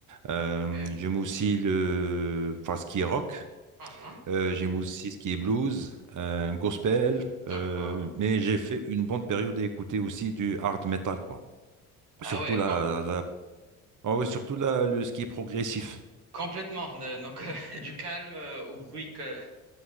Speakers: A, on the right (about 40°); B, on the right (about 85°).
A: Euh,
B: Eh.
A: j'aime aussi le, enfin ce qui est rock.
B: Ah, ah.
A: Euh, j'aime aussi ce qui est blues, euh, gospel.
B: D'accord.
A: euh, mais j'ai fait une bonne période à écouter aussi du hard metal quoi. Surtout
B: Ah ouais,
A: la,
B: com-
A: la ah oui, surtout là, le ski est progressif.
B: complètement. Euh, Donc, <laughs> du calme euh, au bruit que...